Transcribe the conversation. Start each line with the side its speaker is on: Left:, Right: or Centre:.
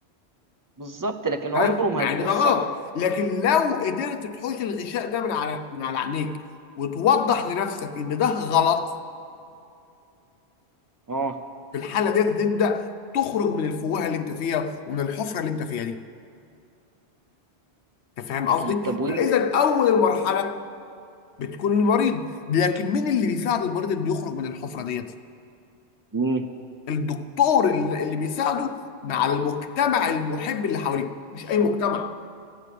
Right: بالظبط لكن
Left: تمام
Right: عمره ما
Left: مع
Right: هيكون
Left: ان ده
Right: الصح
Left: غلط لكن لو قدرت تحوش الغشاء ده من على من على عينيك وتوضح لنفسك ان ده غلط
Right: اه
Left: في الحاله دي تبدا تخرج من الفوهه اللي انت فيها ومن الحفره اللي انت فيها دي انت فاهم قصدي
Right: اكيد طب وايه
Left: فاذا اول المرحله بتكون المريض لكن مين اللي بيساعد المريض انه يخرج من الحفره ديت
Right: مم.
Left: الدكتور اللي اللي بيساعده مع المجتمع المحب اللي حواليه مش اي مجتمع